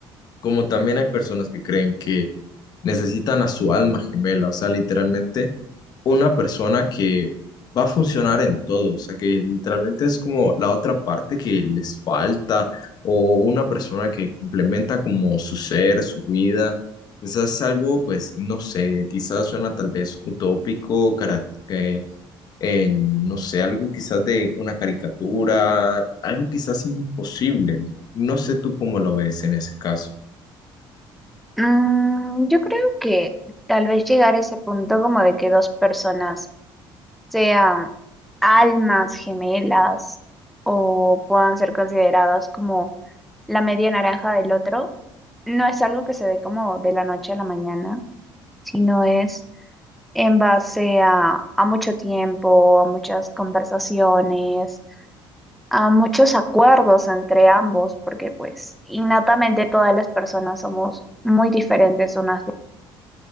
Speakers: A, on the left (about 45°); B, in the centre.
A: como también hay personas que creen que necesitan a su alma gemela, o sea, literalmente una persona que va a funcionar en todo, o sea, que literalmente es como la otra parte que les falta o una persona que complementa como su ser, su vida. Quizás es algo, pues, no sé, quizás suena tal vez utópico, cara- que, eh, no sé, algo quizás de una caricatura, algo quizás imposible. No sé tú cómo lo ves en ese caso.
B: Mm, yo creo que tal vez llegar a ese punto como de que dos personas sean almas gemelas o puedan ser consideradas como la media naranja del otro, no es algo que se dé como de la noche a la mañana, sino es en base a, a mucho tiempo, a muchas conversaciones, a muchos acuerdos entre ambos, porque pues innatamente todas las personas somos muy diferentes unas